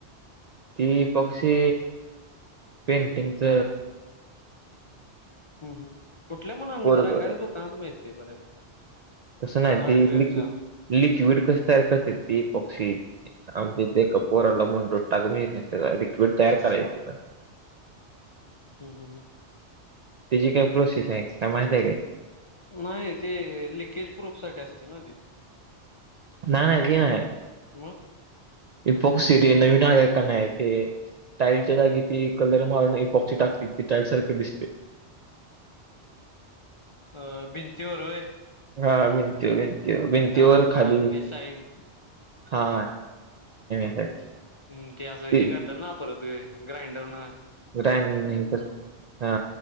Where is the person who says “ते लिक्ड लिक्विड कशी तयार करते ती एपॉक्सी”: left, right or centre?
Right